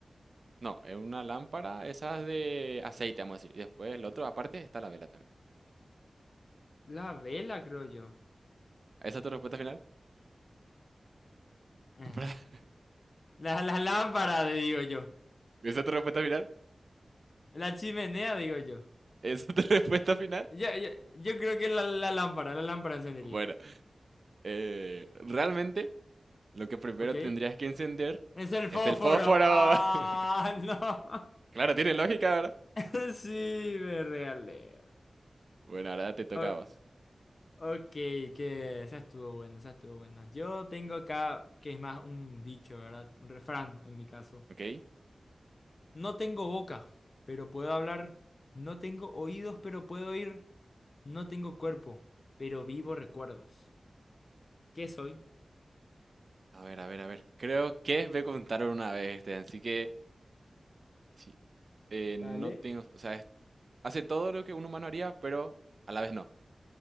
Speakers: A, on the right; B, on the left.
A: No, es una lámpara, esas de aceite, vamos a decir. Y después el otro, aparte, está la vela también.
B: La vela, creo yo.
A: ¿Esa es tu respuesta final?
B: Eh,
A: <laughs>
B: La, la lámpara, digo yo.
A: ¿Esa es tu respuesta final?
B: La chimenea, digo yo.
A: ¿Esa es tu <laughs> respuesta final?
B: Yo, yo, yo creo que la, la lámpara, la lámpara encendería.
A: Bueno, eh, realmente lo que primero
B: ¿Ok?
A: tendrías que encender
B: Es el
A: es
B: fósforo.
A: el fósforo.
B: Ah,
A: <laughs>
B: <laughs> no.
A: Claro, tiene lógica, ¿verdad?
B: <laughs> Sí, me regalé.
A: Bueno, ahora te toca
B: O-
A: a vos,
B: ok, que esa estuvo buena, esa estuvo buena. Yo tengo acá, que es más un dicho, ¿verdad? Un refrán en mi caso.
A: ¿ok?
B: No tengo boca, pero puedo hablar. No tengo oídos, pero puedo oír. No tengo cuerpo, pero vivo recuerdos. ¿Qué soy?
A: A ver, a ver, a ver. Creo que me contaron una vez este, así que... Sí. Eh, no
B: Dale.
A: tengo, o sea, es- hace todo lo que un humano haría, pero a la vez no.